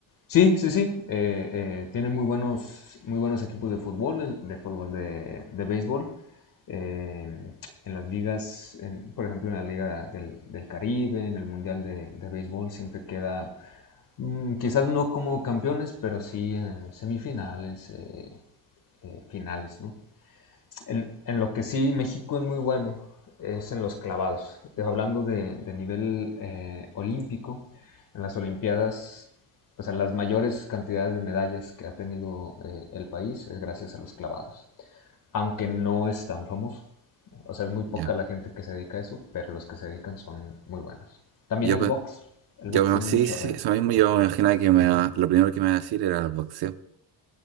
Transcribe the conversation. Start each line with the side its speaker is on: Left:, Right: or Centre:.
Left: Sí, sí, sí. eh, eh, tienen muy buenos, muy buenos equipos de fútbol, el- de fútbol de, de béisbol. eh, en las ligas, en- por ejemplo, en la Liga del, del Caribe, en el Mundial de, de Béisbol, siempre queda, mm, quizás no como campeones, pero sí eh, semifinales, eh, eh, finales, ¿no? En, en lo que sí México es muy bueno es en los clavados. Hablando de, de nivel eh, olímpico, en las Olimpiadas, o sea, las mayores cantidades de medallas que ha tenido eh, el país es gracias a los clavados. Aunque no es tan famoso. O sea, es muy poca
Right: Ya.
Left: la gente que se dedica a eso, pero los que se dedican son muy buenos. También
Right: Yo,
Left: el
Right: pe-
Left: box. El
Right: yo,
Left: box
Right: pe-
Left: tiene
Right: sí,
Left: mucho
Right: sí,
Left: arraigo.
Right: sí, eso mismo yo me imaginaba que me, va- lo primero que me iba a decir era el boxeo.